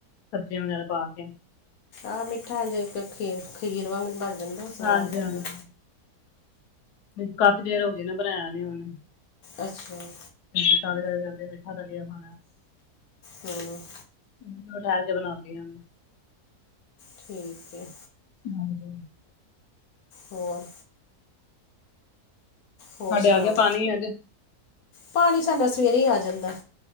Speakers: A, on the left; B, on the left.
A: ਸਬਜ਼ੀਆਂ ਵਗੈਰਾ ਪਾ ਕੇ
B: ਆਹ ਮਿੱਠਾ ਇਂਜ ਇੱਕ ਖੀ ਖੀਰ ਵਾਂਗ ਬਨ ਜਾਂਦਾ ਸਵਾਦ
A: ਹਾਂਜੀ-ਹਾਂਜੀ
B: ਬਣਦਾ।
A: ਕਾਫ਼ੀ ਦੇਰ ਹੋ ਗਈ ਨਾ ਬਣਾਇਆ ਨੀ ਉਹਨੂੰ
B: ਅੱਛਾ ਜੀ।
A: <unintelligible> ਮਿੱਠਾ ਦਲੀਆ ਖਾਣਾ
B: ਹੂੰ
A: ਮੈਂ ਕਿਹਾ ਠੈਰ ਕੇ ਬਣਾਂਦੀ ਆਂ।
B: ਠੀਕ ਏ।
A: ਹਾਂਜੀ
B: ਹੋਰ
A: ਤੁਹਾਡੇ
B: ਹੋਰ ਸੁਣਾਓ
A: ਆ ਗਿਆ ਪਾਣੀ ਅੱਜ
B: ਪਾਣੀ ਸਾਡਾ ਸਵੇਰੇ ਆ ਜਾਂਦਾ।